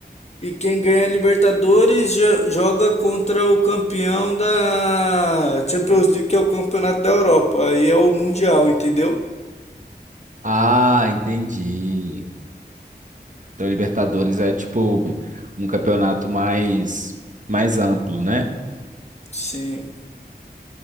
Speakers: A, on the left; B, on the right.
A: E quem ganha a Libertadores jo- joga contra o campeão da Champions League, que é o campeonato da Europa. Aí é o Mundial, entendeu?
B: Ah, entendi. Então, Libertadores é tipo um campeonato mais, mais amplo, né?
A: Sim.